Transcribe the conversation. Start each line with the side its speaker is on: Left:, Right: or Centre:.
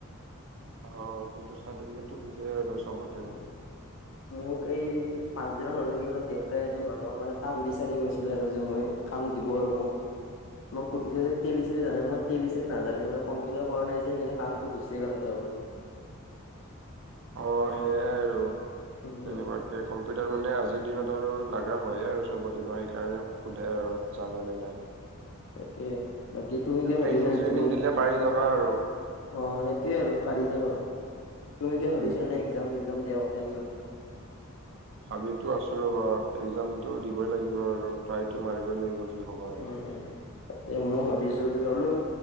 Right: অ কিন্তু ৰ্চাটিফিকেট টো খুজে আৰু চবতে
Left: অ'। মোক এই পাচদিনৰ হ'ল নেকি। মানে দেউতাই এজন মানুহক মানে কাম বিচাৰি গৈছিলে আৰু যে মই কাম দিব আৰু মোক।
Right: <inaudible>
Left: মোক সুধিছে যে তেলি-চেলি জানে, মই তেল-চেলি নাজানে মানে কম্পিউটাৰ কৰা নাই যে সেইকাৰনে কামটো গুচি গ'ল হাতৰ পৰা।
Right: অ সেয়াই আৰু
Left: উম
Right: <unintelligible> কম্পিউটাৰ মানে আজিৰ দিনত আৰু লাগা হয়ে আৰু চবতে ন। সেইকাৰণে সোধে আৰু। জানানে নাই?
Left: তাকে বাকী তুমি কিবা
Right: ট্ৰেইনিং-চ্ৰেইনিং
Left: ভাবিছা নে তুমি
Right: দিলে পাৰি যাবা আৰু।
Left: অ', সেইটোৱে আৰু পাৰি যাম আৰু। তুমি কিবা
Right: উম
Left: ভাবিছিলা নে এক্সাম-চেক্সাম দিয়া কথা কিবা?
Right: ভাবিতো আছো ৰ'বা। এক্সামটো দিবই লাগিব আৰু ট্ৰাইটো মাৰিবই লাগিব। কি ক'বা
Left: উম
Right: আৰু
Left: উম, তাকে। ময়ো ভাবি আছো কিবা বোলো